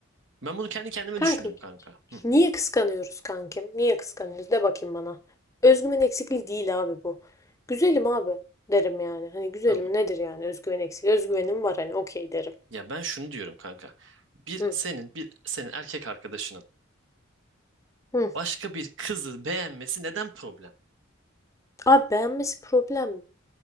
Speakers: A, on the right; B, on the left.
A: Ben bunu kendi kendime
B: Kanka
A: düşündüm kanka. Hı,
B: Niye kıskanıyoruz kankim? Niye kıskanıyoruz? De bakayım bana. Özgüven eksikliği değil abi bu. Güzelim abi derim yani. Hani güzelim
A: tamam.
B: nedir yani özgüven eksikliği? Özgüvenim var hani okey derim.
A: Ya ben şunu diyorum kanka. Bir
B: Hı.
A: senin bir senin erkek arkadaşının
B: Hı.
A: başka bir kızı beğenmesi neden problem?
B: Abi beğenmesi problem